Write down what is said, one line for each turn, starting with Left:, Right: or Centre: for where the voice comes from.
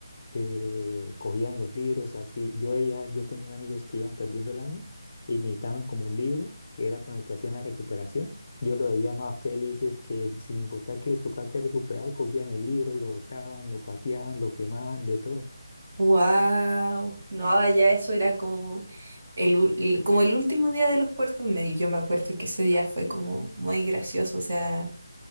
Left: eh, cogían los libros así. Yo, ella yo tenía amigos que iban perdiendo el año y necesitaban como un libro que era con el que hacían la recuperación. Yo lo veía más felices que sin importar que les tocaba que recuperar, cogían el libro, lo botaban, lo pateaban, lo quemaban, de todo.
Right: Wow. No, ya eso era como el, ul- el- como el último día de los cuartos medios. Yo me acuerdo que ese día fue como muy gracioso, o sea,